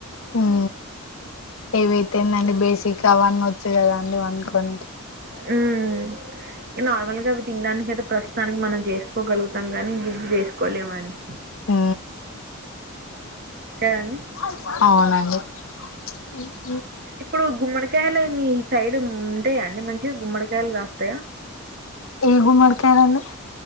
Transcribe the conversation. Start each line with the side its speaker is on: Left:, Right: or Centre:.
Left: ఉం ఏవైతేందండి బేసిక్గా అవన్నీ వచ్చు కదా అండి వనుకొని
Right: ఉం నార్మల్గా అవి తినడానికి అయితే ప్రస్తుతానికి మనం చేసు చెప్పుకొ గలుగుతాము గాని ఇంకా ఇప్పుడు చేసుకోలేమండి
Left: ఆ
Right: కదండి
Left: అవునండి
Right: ఇప్పుడు గుమ్మడి కాయలు మీ సైడ్ ఉంటాయా అండి మంచిగా గుమ్మడికాయలు గాస్తయా
Left: ఏ గుమ్మడికాయలున్నయ్